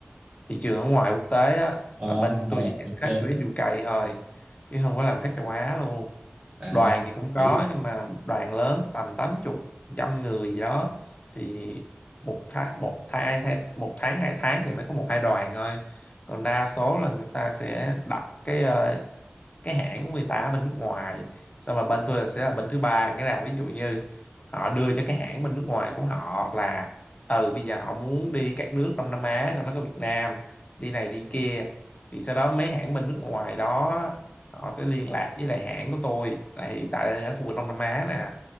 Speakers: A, on the left (about 35°); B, on the right (about 35°).
A: thị trường ở ngoài quốc tế á,
B: ờ
A: là bên tôi chỉ
B: ok
A: nhận khách US UK thôi chứ không có làm khách châu Á luôn
B: à
A: đoàn thì cũng có
B: giữ
A: nhưng mà đoàn lớn tầm tám chục trăm người gì đó thì một tháng một tháng hai một tháng hai tháng thì mới có một hai đoàn thôi còn đa số là người ta sẽ đặt cái ờ, cái hãng của người ta ở bên nước ngoài xong rồi bên tôi sẽ là bên thứ ba nghĩa là ví dụ như họ đưa cho cái hãng bên nước ngoài của họ là ừ bây giờ họ muốn đi các nước Đông Nam Á trong đó có Việt Nam đi này đi kia thì sau đó mấy hãng bên nước ngoài đó họ sẽ liên lạc với lại hãng của tôi là hiện tại đang ở khu vực Đông Nam Á nè